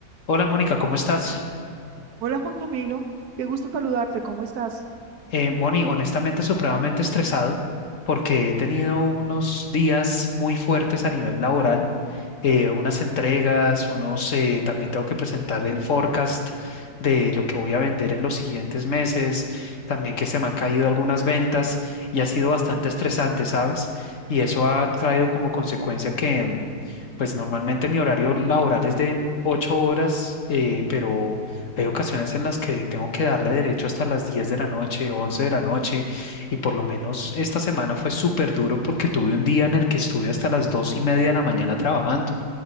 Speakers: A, on the left; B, on the right.
A: Hola Mónica, ¿cómo estás?
B: Hola Juan Camilo, qué gusto saludarte, ¿cómo estás?
A: Eh, Moni, honestamente, supremamente estresado porque he tenido unos días muy fuertes a nivel laboral, eh, unas entregas, unos, eh, también tengo que presentar el forecast de lo que voy a vender en los siguientes meses, también que se me han caído algunas ventas y ha sido bastante estresante, ¿sabes? Y eso ha traído como consecuencia que, mm, pues normalmente mi horario laboral es de mm, ocho horas, eh, pero Hay ocasiones en las que tengo que darle derecho hasta las 10 de la noche, 11 de la noche, y por lo menos esta semana fue súper duro porque tuve un día en el que estuve hasta las 2 y media de la mañana trabajando.